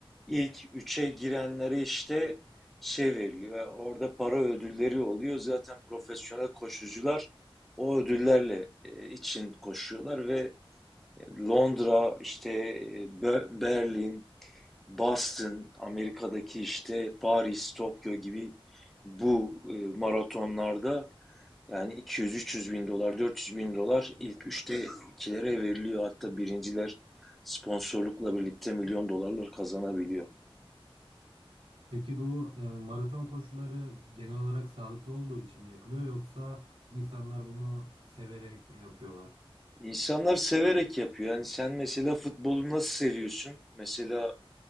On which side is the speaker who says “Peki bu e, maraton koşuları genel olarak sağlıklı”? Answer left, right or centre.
Right